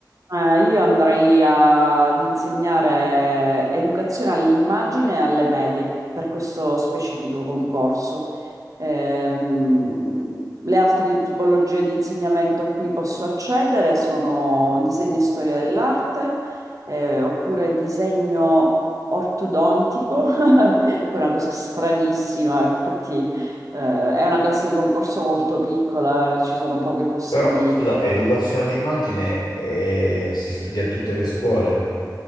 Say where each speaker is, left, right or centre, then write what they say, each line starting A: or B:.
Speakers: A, on the right (about 50°); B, on the left (about 90°).
A: Eh, io andrei a- ad insegnare educazione all'immagine alle medie per questo specifico concorso. Ehm, le altre tipologie di insegnamento a cui posso accedere sono disegno e storia dell'arte, eh, oppure disegno ortodontico, <laughs> che è una cosa stranissima. Infatti, eh, è una classe di concorso molto piccola, ci sono poche possibilità
B: Però, scusa, educazione all'immagine eh, si studia in tutte le scuole?